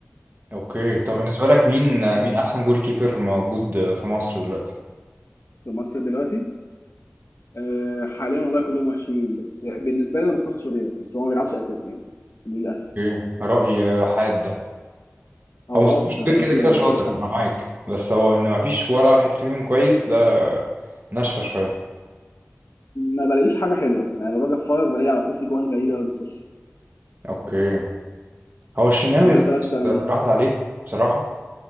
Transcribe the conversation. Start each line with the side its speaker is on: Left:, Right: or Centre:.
Right: اوكي طب بالنسبة لك مين مين احسن جول كيبر موجود في مصر دلوقتي
Left: في مصر دلوقتي آه حاليا والله كلهم وحشين بس بالنسبه لي انا مصطفى شوبير بس هو ما بيلعبش اساسي يعني للاسف
Right: اوكي رأي حاد ده
Left: او
Right: هو مصطفى
Left: اه بس
Right: شوبير
Left: بس ما
Right: كده
Left: في
Right: كده
Left: ما
Right: شاطر
Left: بشوفش حد
Right: انا معاك بس هو ان ما فيش ولا واحد فيهم كويس ده ناشفة شوية
Left: ما بلاقيش حاجه حلوه يعني لما باجي اتفرج بلاقي على طول في جوان غريبه قوي بتخش
Right: اوكي هو الشناوي
Left: يعني
Right: خلاص
Left: انت مثلا
Right: راحت عليه بصراحة